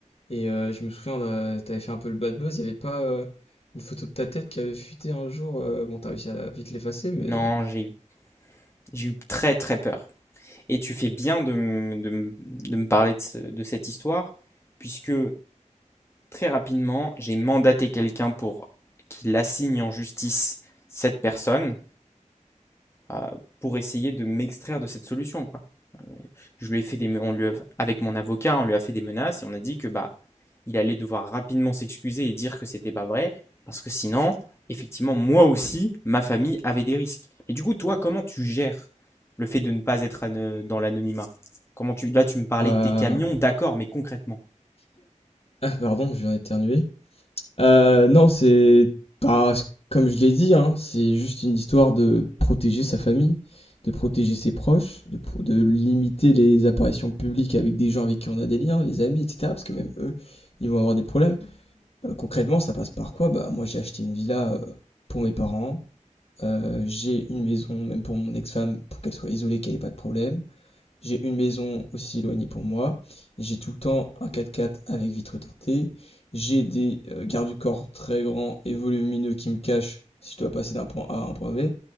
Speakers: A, on the left (about 50°); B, on the left (about 20°).
A: et, et, euh, je me souviens, là, t'avais fait un peu le bad buzz, il y avait pas euh, une photo de ta tête qui avait fuité un jour, euh, bon t'as réussi à la- vite l'effacer mais...
B: Non, j'ai j'ai eu très très peur. Et tu fais bien de, me- de me de me parler de, ce- de cette histoire, puisque très rapidement, j'ai mandaté quelqu'un pour qu'il assigne en justice cette personne euh, pour essayer de m'extraire de cette solution, quoi. Je lui ai fait des, on lui a- avec mon avocat, on lui a fait des menaces et on a dit que bah, il allait devoir rapidement s'excuser et dire que c'était pas vrai parce que sinon, effectivement, moi aussi, ma famille avait des risques. Et du coup, toi, comment tu gères le fait de ne pas être dans l'anonymat? Comment tu, là, tu me parlais
A: Euh,
B: de tes camions, d'accord, mais concrètement.
A: Ah pardon, je viens d'éternuer. Euh, non, c'est pas, comme je l'ai dit, hein, c'est juste une histoire de protéger sa famille, de protéger ses proches, de, pro- de limiter les apparitions publiques avec des gens avec qui on a des liens, les amis, etc. Parce que même eux, ils vont avoir des problèmes. Euh, concrètement, ça passe par quoi? Bah, moi, j'ai acheté une villa euh, pour mes parents. Euh, j'ai une maison, même pour mon ex-femme, pour qu'elle soit isolée, qu'elle ait pas de problème. J'ai une maison aussi éloignée pour moi. J'ai tout le temps un 4x4 avec vitre teintée. J'ai des euh, gardes du corps très grands et volumineux qui me cachent si je dois passer d'un point A à un point B.